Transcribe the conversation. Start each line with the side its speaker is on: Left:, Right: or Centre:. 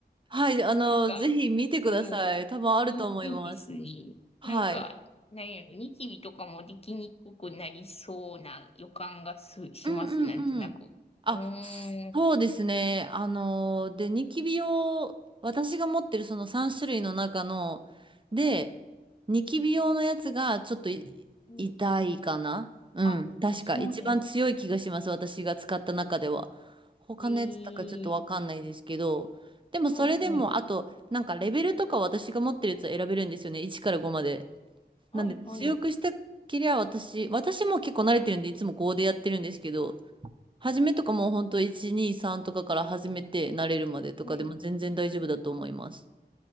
Right: はい。あの、
Left: なんか、
Right: ぜひ見てください。
Left: もう、
Right: 多分あると思います。
Left: いい、いいですね。
Right: はい。
Left: なんか、なんやろ、ニキビとかもできにくくなりそうな予感がす、します、
Right: うんうんうん。
Left: なんとなく。
Right: あ、
Left: うーん、
Right: そうですね。あので、ニキビ用、私が持ってるその3種類の中の、で、
Left: はい、
Right: ニキビ用のやつがちょっとい痛いかなうん。
Left: うん、うん。あ、
Right: 確か。
Left: そうね。
Right: 一番強い気がします。私が使った中では。他のやつとかちょっとわかんないですけど。
Left: えー、
Right: でもそれでも、
Left: はい、はい。
Right: あと、なんかレベルとか私が持ってるやつを選べるんですよね。1から5まで。
Left: はい、
Right: なんで強くしたきりゃ私、
Left: はい。
Right: 私も結構慣れてるんでいつも5でやってるんですけど、初めとかもうほんと1、2、3とかから始めて慣れるまでとかでも全然大丈夫だと思います。
Left: はい。